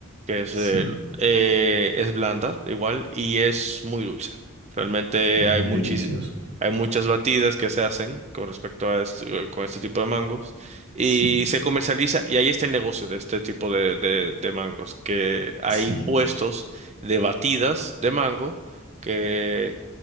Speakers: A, on the right; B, on the right.
A: que es,
B: sí.
A: eh, eh, es blanda igual y es muy dulce. Realmente
B: Muy
A: hay muchis-
B: delicioso.
A: hay muchas batidas que se hacen con respecto a este, con este tipo de mangos y
B: Sí,
A: se comercializa y ahí está el negocio de este tipo de, de, de mangos, que hay
B: sí.
A: puestos de batidas de mango que